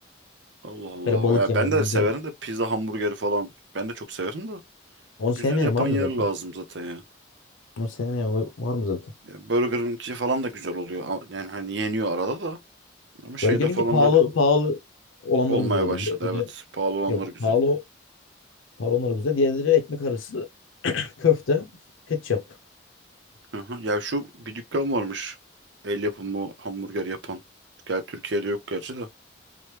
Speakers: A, on the right; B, on the left.
A: Allah Allah.
B: Böyle balık
A: Ya
B: yemem
A: ben de
B: bizimkiler.
A: severim de pizza hamburgeri falan. Ben de çok severim de.
B: Onu
A: Güzel
B: sevmeyen
A: yapan
B: var mı
A: yer
B: zaten?
A: lazım zaten ya.
B: Onu sevmeyen var var mı zaten?
A: Ya Burger'ınki falan da güzel oluyor. A- Yani hani yeniyor arada da. Ama şeyde
B: Burger'inki
A: falan
B: pahalı
A: böyle
B: pahalı olanları
A: olmaya
B: güzel oluyor.
A: başladı.
B: Diğerleri
A: Evet. Pahalı olanlar
B: yok.
A: güzel.
B: Pahalı pahalı olanları güzel. Diğerleri ekmek arası köfte, ketçap.
A: Hı hı. Ya şu bir dükkan varmış. El yapımı hamburger yapan. Gel Türkiye'de yok gerçi de.